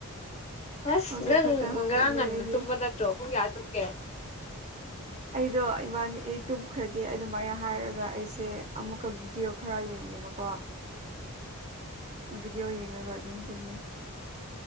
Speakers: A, on the left (about 30°); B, on the right (about 30°).
A: ꯑꯁ
B: ꯍꯧꯖꯤꯛ
A: ꯅꯪ
B: ꯈꯛꯇ ꯍꯧꯒꯠꯂꯦ
A: ꯉꯔꯥꯡ ꯉꯟꯅ
B: ꯑꯩꯗꯤ
A: ꯇꯨꯝꯕ ꯅꯠꯇ꯭ꯔꯣ ꯄꯨꯡ ꯀꯌꯥ ꯇꯨꯝꯒꯦ
B: ꯑꯩꯗꯣ ꯏꯕꯥꯅꯤ ꯑꯩ ꯇꯨꯝꯈ꯭ꯔꯒꯦ ꯑꯗꯨꯃꯥꯏꯅ ꯍꯥꯏꯔꯒ ꯑꯩꯁꯦ ꯑꯃꯨꯛꯀ ꯚꯤꯗꯤꯑꯣ ꯈꯔ ꯌꯦꯡꯉꯦꯕꯀꯣ ꯚꯤꯗꯤꯑꯣ ꯌꯦꯡꯉꯒ ꯑꯗꯨꯝ ꯇꯨꯝꯃꯦ